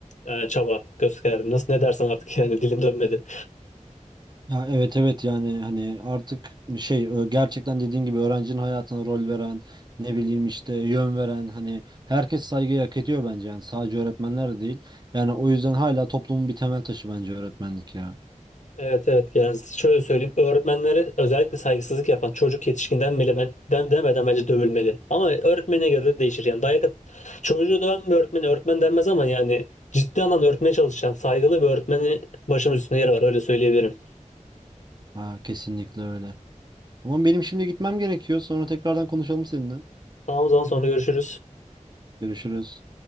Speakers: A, on the left; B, on the right.
A: e, çaba gösterdim. Nasıl ne dersen artık yani dilim dönmedi.
B: Ya evet evet yani hani artık şey ö- gerçekten dediğin gibi öğrencinin hayatına rol veren ne bileyim işte yön veren hani herkes saygıyı hak ediyor bence yani sadece öğretmenler de değil. Yani o yüzden hala toplumun bir temel taşı bence öğretmenlik ya.
A: Evet evet yani şöyle söyleyeyim öğretmenlere özellikle saygısızlık yapan çocuk yetişkinden bile ben, den- demeden bence dövülmeli. Ama öğretmene göre de değişir yani dayak at- çocuğu döven bir öğretmeni öğretmen denmez ama yani ciddi anlamda öğretmeye çalışan saygılı bir öğretmenin başımız üstünde yeri var öyle söyleyebilirim.
B: Ha, kesinlikle öyle. Ama benim şimdi gitmem gerekiyor. Sonra tekrardan konuşalım seninle.
A: Tamam o zaman sonra görüşürüz.
B: Görüşürüz.